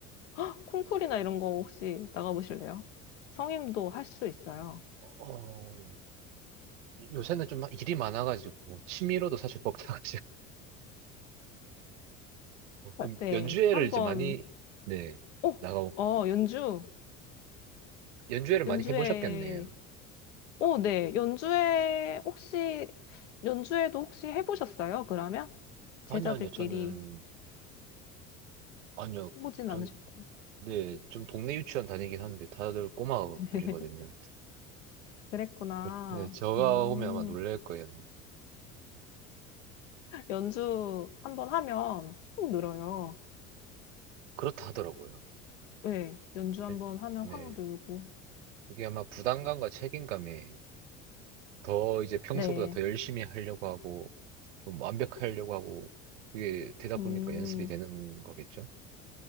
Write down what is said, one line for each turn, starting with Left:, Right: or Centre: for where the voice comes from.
Left: 헉, 콩쿨이나 이런 거 혹시 나가보실래요? 성임도 할 수 있어요.
Right: 어, 요새는 좀 일이 많아가지고 취미로도 사실 <laughs> 먹다가 어, 그럼
Left: 네,
Right: 연주회를
Left: 한번,
Right: 이제 많이, 네,
Left: 어,
Right: 나가고,
Left: 어, 연주,
Right: 연주회를 많이
Left: 연주회,
Right: 해보셨겠네요.
Left: 어, 네, 연주회, 혹시, 연주회도 혹시 해보셨어요? 그러면? 제자들끼리
Right: 아니요, 아니요, 저는, 아니요,
Left: 해보진
Right: 전,
Left: 않으셨고.
Right: 네, 좀 동네 유치원 다니긴 하는데 다들 꼬마들이거든요.
Left: <laughs> 그랬구나.
Right: 네, 제가
Left: 음,
Right: 오면 아마 놀랄 거예요.
Left: 연주 한 번 하면 확 늘어요.
Right: 그렇다 하더라고요.
Left: 네, 연주 한
Right: 네,
Left: 번 하면
Right: 네.
Left: 확 늘고.
Right: 그게 아마 부담감과 책임감에 더 이제 평소보다
Left: 네,
Right: 더 열심히 하려고 하고, 좀 완벽하려고 하고, 그게 되다 보니까
Left: 음.
Right: 연습이 되는 거겠죠?